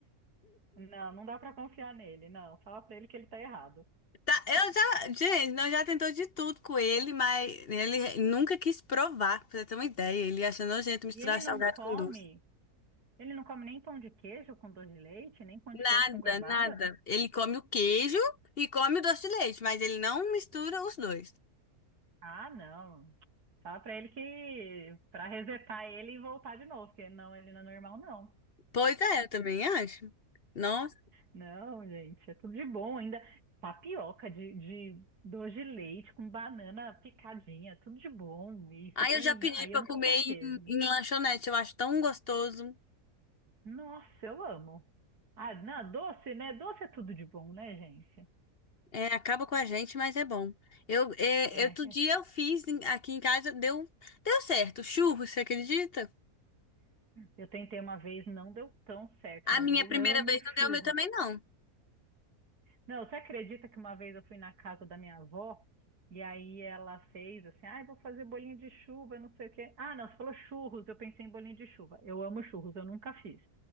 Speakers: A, on the right (about 85°); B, on the left (about 45°).
A: Não, não dá pra confiar nele, não. Fala pra ele que ele tá errado.
B: Tá, eu já, gente, nós já tentou de tudo com ele, mas ele nunca quis provar, pra você ter uma ideia. Ele acha nojento misturar
A: E ele não
B: salgado
A: come,
B: com doce.
A: ele não come nem pão de queijo com doce de leite, nem pão
B: Nada,
A: de queijo com goiabada?
B: nada. Ele come o queijo e come o doce de leite, mas ele não mistura os dois.
A: Ah, não. Fala pra ele que pra resetar ele e voltar de novo, porque não, ele não é normal, não.
B: Pois é, eu também acho. Nossa.
A: Não, gente, é tudo de bom. Ainda tapioca de, de doce de leite com banana picadinha, tudo de bom. E
B: Aí
A: você põe.
B: eu já pedi
A: Aí
B: pra
A: eu nunca
B: comer
A: pus queijo,
B: em,
A: né?
B: em lanchonete, eu acho tão gostoso.
A: Nossa, eu amo. Ah, não, doce, né? Doce é tudo de bom, né, gente?
B: É, acaba com a gente, mas é bom. Eu, é,
A: É,
B: outro dia
A: é.
B: eu fiz em- aqui em casa, deu, deu certo. Churros, você acredita?
A: eu tentei uma vez, não deu tão certo,
B: A
A: mas
B: minha
A: eu
B: primeira
A: amo
B: vez não deu,
A: churros.
B: o meu também não.
A: Não, você acredita que uma vez eu fui na casa da minha avó e aí ela fez assim, ah, eu vou fazer bolinho de chuva, não sei o quê. Ah, não, você falou churros, eu pensei em bolinho de chuva. Eu amo churros, eu nunca fiz.